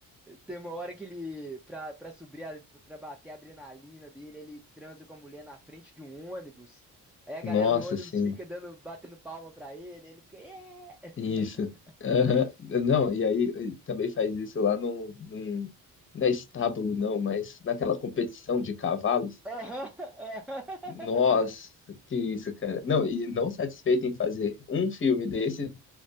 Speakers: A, in the centre; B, on the left.
A: Tem uma hora que ele, pra, pra subir, a, pra bater a adrenalina dele, ele transa com a mulher na frente de um ônibus. Aí a galera
B: Nossa,
A: do ônibus
B: sim.
A: fica dando, batendo palma pra ele, ele fica, yeah!
B: Isso. Aham.
A: <laughs>
B: Não, e aí e também faz isso lá num, num, não é estábulo, não, mas naquela competição de cavalos.
A: Aham, aham.
B: Nossa, que isso, cara. Não, e não satisfeito em fazer um filme desse,